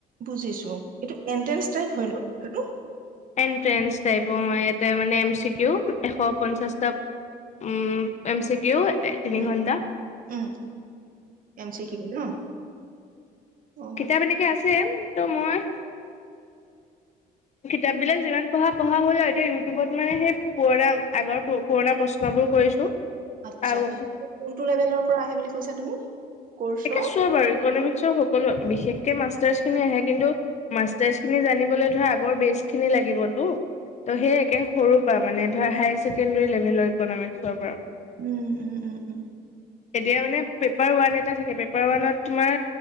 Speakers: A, on the right (about 55°); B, on the left (about 40°).
A: বুজিছো এইটো এন্ট্ৰেঞ্চ টাইপ হয় নে এটো
B: এনট্ৰেঞ্চ টাইপৰ ইয়াতে মানে এম চিউ এশ পঞ্চাছটা উম এম চ কিউ তিনি
A: উম
B: ঘণ্টা।
A: উম এম চিকিউ ন। অ
B: কিতাপ এনেকে আছে ত' মই কিতাপ বিলাক যিমান পঢ়া-পঢ়া হ'ল আৰু এতিয়া ইউটিউবত মানে সেই পুৰণা আগৰ পুৰণা প্ৰশ্ন বোৰ কৰিছো।
A: আচ্ছা,
B: আৰু
A: এই কোনটো লেভেলৰ পৰা আহে বুলি কৈছা তুমি? কৰ্চৰ?
B: একে চব আৰু ইকনমিক্সৰ সকলো বিশেষকে মাষ্টাৰ্ছ খিনি আহে কিন্তু মাষ্টাৰছ খিনি জানিবলৈ ধৰা আগৰ বেচ খিনি লাগিবতো। ত' সেই একে সৰুৰ পৰা মানে ধৰা হায়াৰ ছেকেণ্ডৰী লেভেলৰ ইকনমিক্সৰ পৰা।
A: উম-উম-উম-উম,
B: এতিয়া মানে পেপাৰ ওৱান এটা থাকে পেপাৰ ওৱানত তোমাৰ